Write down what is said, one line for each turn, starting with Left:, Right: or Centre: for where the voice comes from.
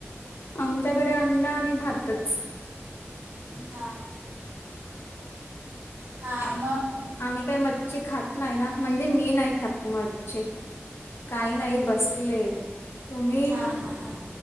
Left: आमच्याकडे अंडा आणि भातच
Right: हा, हा मग?
Left: आम्ही काय मच्छी खात नाही ना, म्हणजे मी नाही खात मच्छी. काही नाही बसले, तुम्ही?
Right: हां हां हां